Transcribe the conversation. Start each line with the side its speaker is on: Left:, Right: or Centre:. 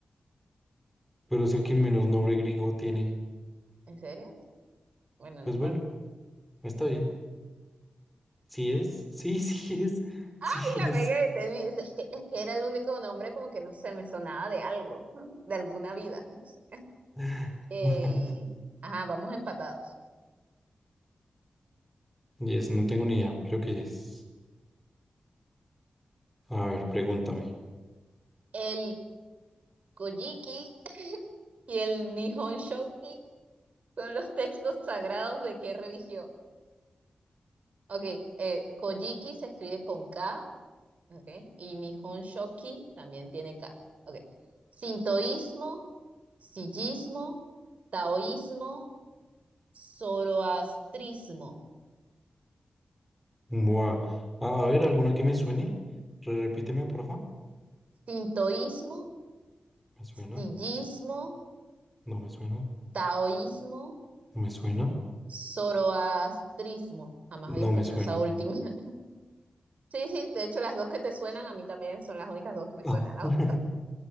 Centre: Pero es el que menos nombre griego tiene.
Right: ¿en serio? Bueno,
Centre: Pues
Right: no importa.
Centre: bueno, está bien. ¿Sí es? Sí, <laughs> sí es.
Right: Ay,
Centre: Sí
Right: la
Centre: es.
Right: pegué, te di- es que, es que era el único nombre como que no se me sonaba de algo, <laughs> de alguna vida, no sé.
Centre: <laughs>
Right: Eh, ajá, vamos empatados.
Centre: Yes, no tengo ni idea. Creo que yes. A ver, pregúntame.
Right: El Kojiki y el Nihon Shoki son los textos sagrados de qué religión. Ok, eh, Kojiki se escribe con K, ok, y Nihon Shoki también tiene K. Ok. Sintoísmo, sillismo, taoísmo zoroastrismo,
Centre: Buah. A ver, ¿alguna que me suene? Re- Repíteme, porfa.
Right: sintoísmo,
Centre: ¿Me suena?
Right: sillismo,
Centre: ¿No me suena?
Right: taoísmo,
Centre: ¿No me suena?
Right: zoroastrismo. Jamás
Centre: No
Right: había escuchado
Centre: me suena.
Right: esa última. <laughs> Sí, sí, de hecho las dos que te suenan a mí también son las únicas dos que me
Centre: Ah.
Right: suenan. las
Centre: <laughs>
Right: otras.